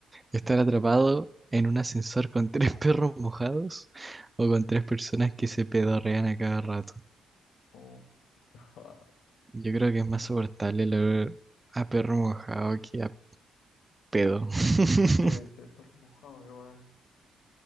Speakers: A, on the right; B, on the left.
A: estar atrapado en un ascensor con <laughs> tres perros mojados o con tres personas que se pedorrean a cada rato.
B: O... <laughs>
A: Yo creo que es más soportable el olor a perro mojado que a pedo. <laughs>
B: Sí, sí, perro mojado igual.